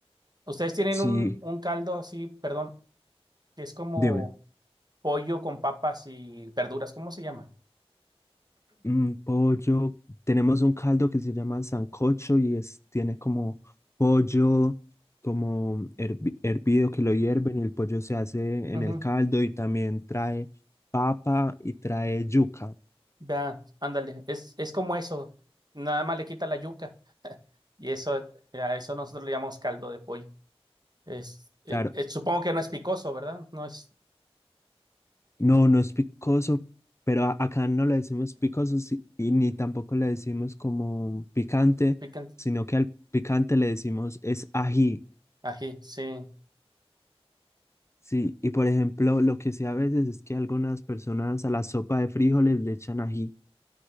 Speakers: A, on the right; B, on the left.
A: Ustedes tienen
B: Sí,
A: un, un caldo así, perdón, que es como
B: dime.
A: pollo con papas y verduras, ¿cómo se llama?
B: Mm, pollo, tenemos un caldo que se llama sancocho y es, tiene como pollo, como hervi- hervido que lo hierven y el pollo se hace
A: Ujú,
B: en el caldo y también trae papa y trae yuca.
A: Ya, ándale, es, es como eso, nada más le quita la yuca y eso, a eso nosotros le llamamos caldo de pollo. Es, eh,
B: Claro,
A: eh, supongo que no es picoso, ¿verdad? No es
B: no, no es picoso, pero a- acá no le decimos picoso si- y ni tampoco le decimos como picante,
A: picante.
B: sino que al picante le decimos es ají.
A: Ají, sí.
B: Sí, y por ejemplo, lo que sí a veces es que algunas personas a la sopa de frijoles le echan ají.